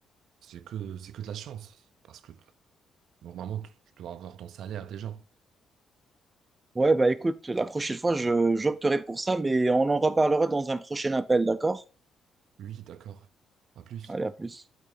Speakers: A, on the right; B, on the right.
A: c'est que, c'est que de la chance. Parce que normalement, tu, tu dois avoir ton salaire déjà.
B: Ouais, bah, écoute, la prochaine fois, je, j'opterai pour ça, mais on en reparlera dans un prochain appel, d'accord?
A: Oui, d'accord, pas plus.
B: Allez, à plus.